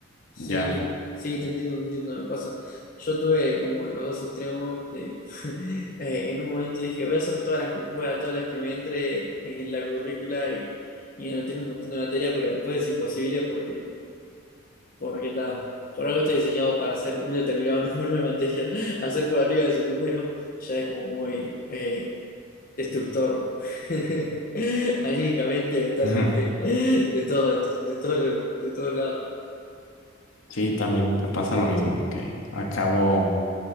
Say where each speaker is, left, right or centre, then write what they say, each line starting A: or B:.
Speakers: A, on the left; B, on the left.
A: Sí,
B: ya.
A: sí, te entiendo, te entiendo, me pasa. Yo tuve como los dos extremos de... <laughs> eh, en un momento dije, voy a hacer todas las que pueda, todas las que me entre en la currícula y, y anoté un montón de materias, pero después es imposible porque, porque está por algo está diseñado para hacer un determinado <laughs> número de materias. Hacer por arriba de ese número ya es como muy... eh, destructor, <laughs> anímicamente, mentalmente,
B: Ujú.
A: de todo, de, to- de todos los- de todos lados.
B: Sí, también me pasa lo mismo que acabo,